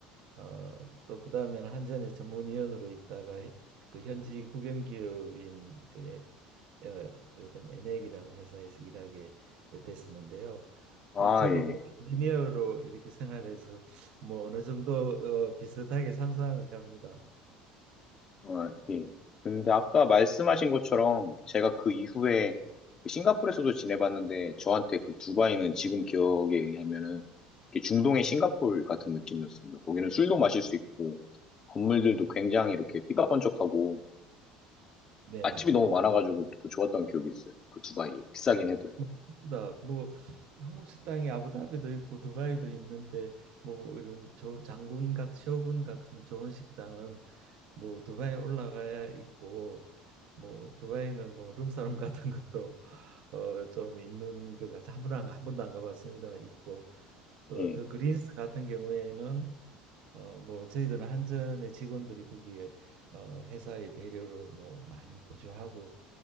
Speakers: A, on the right; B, on the left.
A: 어 또 그다음에는 한전의 전문위원으로 있다가 해- 그 현지 국영 기업인 그 에, 에, 어떤 엔액이라는 회사에서 일하게 됐었는데요.
B: 아,
A: 그래서 저도
B: 예.
A: 뭐 인지니어로 이렇게 생활해서 뭐 어느 정도 어, 비슷하게 상상은 갑니다.
B: 어, 예. 근데 아까 말씀하신 것처럼 제가 그 이후에 그 싱가포르에서도 지내봤는데 저한테 그 두바이는 지금 기억에 의하면은 이렇게 중동의 싱가포르 같은 느낌이었습니다. 거기는 술도 마실 수 있고 건물들도 굉장히 이렇게 삐까뻔쩍하고
A: 네.
B: 맛집이 너무 많아가지고 그 좋았던 기억이 있어요. 그 두바이 비싸긴 해도요.
A: 맞습니다. 뭐 뭐, 한국 식당이 아부다비도 있고 두바이도 있는데 뭐 이런 저 장군 같 셔군 같은 좋은 식당은 뭐 두바이 올라가야 있고 뭐 두바이는 뭐 룸사롱 같은 것도 어 좀 있는 것 같아 한 번도 안, 한 번도 안 가봤습니다만 있고 또
B: 예,
A: 더 그린스 같은 경우에는 어 뭐 저희들은 한전의 직원들이 거기에 어 회사의 배려로 뭐 많이 거주하고